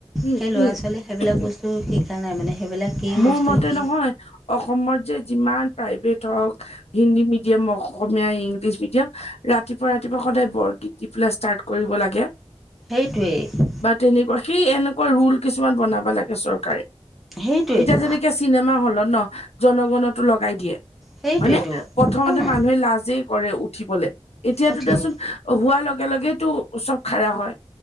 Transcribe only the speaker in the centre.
সেই ল'ৰা
ছোৱালীয়ে সেইবিলাক
বস্তু শিকা নাই মানে সেইবিলাক কি
বস্তু
কি
সেইটোৱেই।
সেইটোৱেইতো
সেইটোৱেইতো
অঁ
উঠিবলৈ